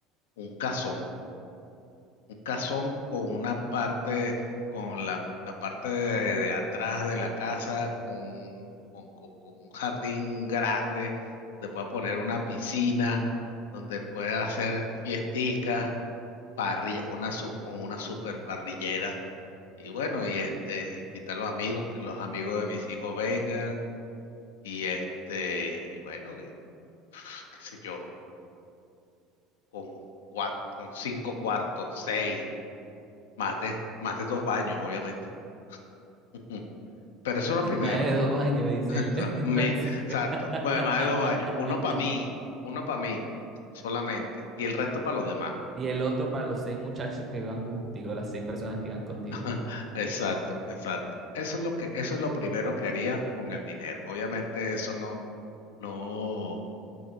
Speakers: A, on the left; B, on the right.
A: un cazón. un casón con una parte, con la, la parte de, de atrás de la casa, con, un- con, con- con un jardín grande, donde pueda poner una piscina, donde pueda hacer fiesticas, parrilla, una sub, con una super parrillera. Y bueno, y este, invitar a los amigos, que los amigos de mis hijos vengan, y este, y bueno, y qué sé yo, con cuat- con cinco cuartos, seis, más de, más de dos baños, obviamente. <laughs> Pero eso es lo primero.
B: Más de dos baños, dice
A: <laughs>
B: el,
A: O
B: <laughs>
A: sea,
B: el
A: me,
B: Francisco.
A: exacto.
B: <laughs>
A: Bueno, además de dos baños. Uno para mí, uno para mí solamente. Y el resto para los demás.
B: Y el otro para los seis muchachos que van contigo, las seis personas que van contigo.
A: <laughs> Exacto, exacto. Eso es lo que, eso es lo primero que haría con el dinero. Obviamente eso no, no,